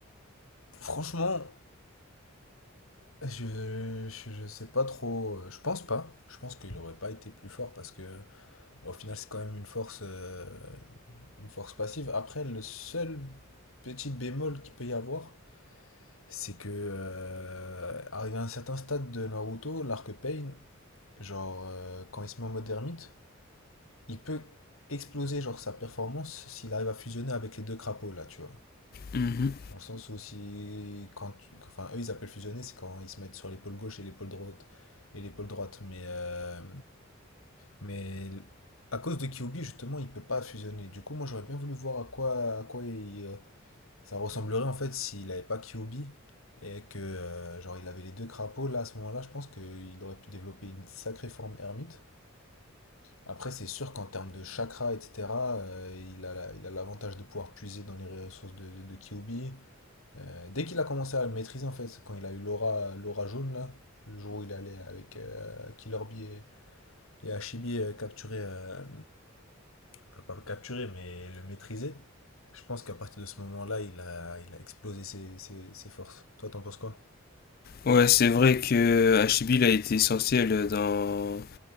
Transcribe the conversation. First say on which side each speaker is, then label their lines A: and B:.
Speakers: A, on the left; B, on the left.
A: Franchement, je, je, je sais pas trop. euh, Je pense pas. Je pense qu'il aurait pas été plus fort parce que au final c'est quand même une force, euh, une force passive. Après, le seul petit bémol qu'il peut y avoir, c'est que euh, arrivé à un certain stade de Naruto, l'arc Pain, Genre, euh, quand il se met en mode ermite, il peut exploser genre sa performance s'il arrive à fusionner avec les deux crapauds là, tu vois.
B: Mhm.
A: Dans le sens où si quand tu- enfin eux ils appellent fusionner, c'est quand ils se mettent sur l'épaule gauche et l'épaule droite et l'épaule droite, mais euh, mais à cause de Kyuubi justement, il peut pas fusionner. Du coup, moi j'aurais bien voulu voir à quoi à quoi il, euh, ça ressemblerait en fait s'il avait pas Kyuubi et que euh, genre il avait les deux crapauds là à ce moment-là, je pense qu'il aurait pu développer une sacrée forme ermite. Après, c'est sûr qu'en termes de chakra, etc., euh, il a, la- il a l'avantage de pouvoir puiser dans les ressources de, de, de Kyuubi. Euh, dès qu'il a commencé à le maîtriser, en fait, c'est quand il a eu l'aura, l'aura jaune, là, le jour où il allait avec euh, Killer Bee et, et Hashibi euh, capturer, euh, enfin, pas le capturer, mais le maîtriser, je pense qu'à partir de ce moment-là, il a, il a explosé ses, ses- ses forces. Toi, t'en penses quoi?
B: Ouais, c'est vrai que Hachibi il a été essentiel dans,